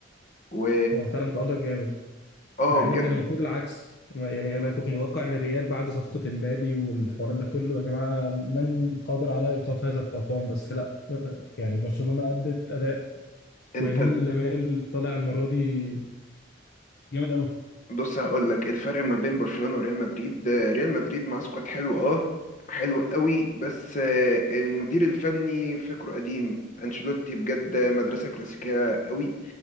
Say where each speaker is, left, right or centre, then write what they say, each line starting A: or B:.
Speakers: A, on the left; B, on the left.
A: و
B: هو فعلا متالق جامد
A: اه
B: مع
A: بجد
B: ان كان المفروض العكس يعني انا كنت متوقع ان الريال بعد صفقه امبابي والحوارات ده كله يا جماعه من قادر على ايقاف هذا الطوفان بس لا آه، آه، يعني برشلونه ادت اداء
A: انت
B: ويمين لمال طالع المره دي جامد قوي
A: بص هقول لك الفرق ما بين برشلونة وريال مدريد آه، ريال مدريد مع سكواد حلو اه حلو قوي بس آه، المدير الفني فكره قديم انشيلوتي بجد مدرسة كلاسيكية قوي